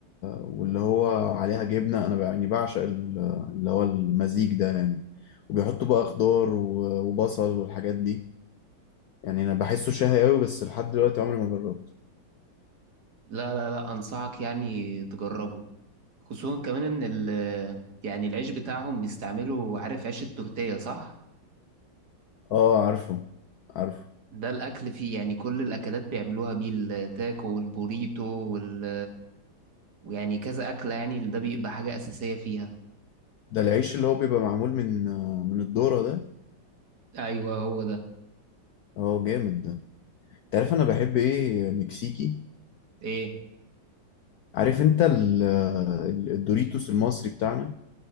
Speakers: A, on the left (about 75°); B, on the right (about 55°).
A: واللي هو عليها جبنة أنا بقى- يعني بعشق ال- اللي هو المزيج ده يعني وبيحطوا بقى خضار و... وبصل والحاجات دي يعني أنا بحسه شهي أوي بس لحد دلوقتي عمري ما جربته
B: لا لا لا انصحك يعني تجربه خصوصا كمان ان ال يعني العيش بتاعهم بيستعملوا عارف عيش التورتيه صح
A: آه عارفه عارفه
B: ده الاكل فيه يعني كل الاكلات بيعملوها بيه التاكو والبوريتو وال ويعني كذا اكله يعني ده بيبقى حاجه اساسيه فيها
A: ده العيش اللي هو بيبقى معمول من من الذرة ده
B: ايوه هو ده
A: اه جامد ده انت عارف انا بحب ايه مكسيكي
B: ايه
A: عارف انت ال... ال- الدوريتوس المصري بتاعنا